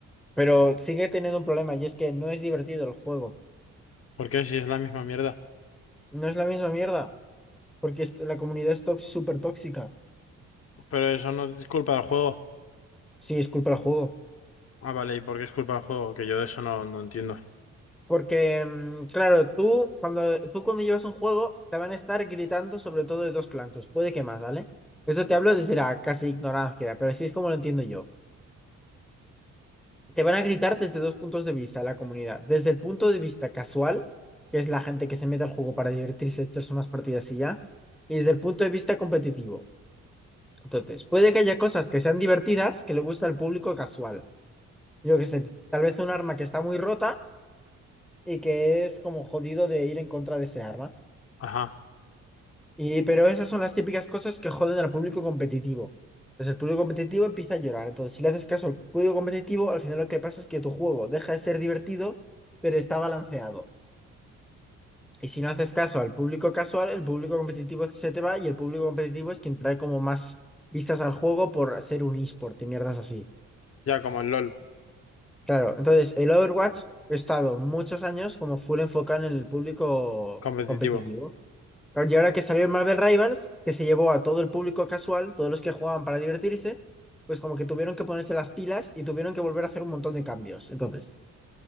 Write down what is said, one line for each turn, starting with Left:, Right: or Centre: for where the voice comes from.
Centre: Pero sigue teniendo un problema y es que no es divertido el juego.
Left: ¿Por qué? Si es la misma mierda.
Centre: No es la misma mierda. Porque es- la comunidad es tox- súper tóxica.
Left: Pero eso no es culpa del juego.
Centre: Sí, es culpa del juego.
Left: Ah, vale, ¿y por qué es culpa del juego? Que yo de eso no, no entiendo.
Centre: Porque, mm, claro, tú cuando, tú cuando llevas un juego te van a estar gritando sobre todo de dos flancos. Puede que más, ¿vale? Eso te hablo desde la casi ignorancia, pero así es como lo entiendo yo. te van a gritar desde dos puntos de vista la comunidad. Desde el punto de vista casual, que es la gente que se mete al juego para divertirse, echarse unas partidas y ya, y desde el punto de vista competitivo. Entonces, puede que haya cosas que sean divertidas que le gusta al público casual. Yo qué sé, tal vez un arma que está muy rota y que es como jodido de ir en contra de ese arma.
Left: Ajá.
Centre: Y, pero esas son las típicas cosas que joden al público competitivo. Entonces el público competitivo empieza a llorar. Entonces, si le haces caso al público competitivo, al final lo que pasa es que tu juego deja de ser divertido, pero está balanceado. Y si no haces caso al público casual, el público competitivo se te va y el público competitivo es quien trae como más vistas al juego por ser un eSport y mierdas así.
Left: Ya, como el LOL.
Centre: Claro, entonces el Overwatch ha estado muchos años como full enfocado en el público
Left: Competitivo.
Centre: competitivo. Claro, Y ahora que salió el Marvel Rivals, que se llevó a todo el público casual, todos los que jugaban para divertirse, pues como que tuvieron que ponerse las pilas y tuvieron que volver a hacer un montón de cambios. Entonces.